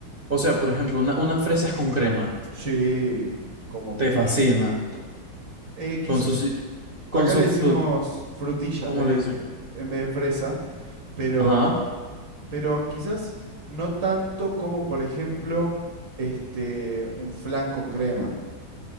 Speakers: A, on the right (about 30°); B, on the right (about 65°).
A: O sea, por ejemplo, una, unas fresas con crema,
B: Sí, como
A: te
B: piña.
A: fascina,
B: Eh, quizás
A: con su, si- con
B: acá
A: su,
B: le decimos
A: fu-
B: frutilla
A: ¿cómo
B: en vez
A: le
B: de,
A: dicen?
B: que- en vez de fresa, pero,
A: Ajá.
B: pero quizás no tanto como, por ejemplo, este, un flan con crema.